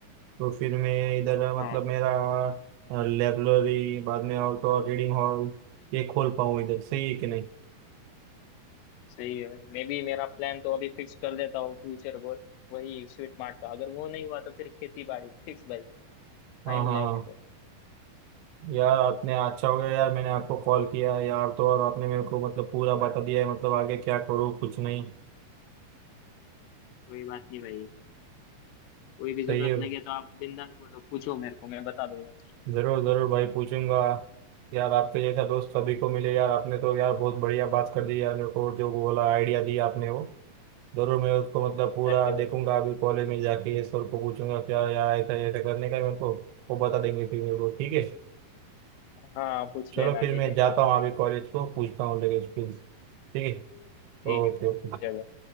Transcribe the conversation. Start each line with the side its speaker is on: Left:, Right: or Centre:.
Right: तो फिर मैं इधर
Left: हाँ
Right: मतलब मेरा लाइब्रेरी बाद में और तो और रीडिंग हॉल ये खोल पाऊँ इधर सही है कि नहीं
Left: सही है मे बी मेरा प्लान तो अभी फिक्स कर देता हूँ फ्यूचर गोल वही स्वीट मार्ट का अगर वो नहीं हुआ तो फिर खेती बाड़ी फिक्स भाई फाइनल
Right: हाँ हाँ
Left: है
Right: हाँ
Left: अभी तो
Right: यार आपने अच्छा हो गया यार मैंने आपको कॉल किया यार तो और आपने मेरे को मतलब पूरा बता दिया है मतलब आगे क्या करूँ कुछ नहीं
Left: कोई बात नहीं भाई कोई भी
Right: सही
Left: जरूरत
Right: है
Left: लगे तो आप बिंदास बोलो पूछो मेरे को मैं बता दूंगा
Right: जरूर जरूर भाई पूछूंगा यार आपके जैसा दोस्त सभी को मिले यार आपने तो यार बहुत बढ़िया बात कर दी यार मेरे को जो बोला आइडिया दिया आपने वो जरूर मैं उसको मतलब पूरा
Left: अरे
Right: देखूंगा
Left: भाई
Right: अभी कॉलेज में जाके ये सर को पूछूंगा क्या यार ऐसा ऐसा करने का है मेरे को वो बता देंगे फिर मेरे को ठीक है
Left: हाँ पूछ
Right: चलो
Left: लेना
Right: फिर
Left: ठीक
Right: मैं
Left: है
Right: जाता हूँ अभी कॉलेज को पूछता हूँ लगे फिर ठीक है
Left: ठीक
Right: Okay
Left: है भाई
Right: okay
Left: चलो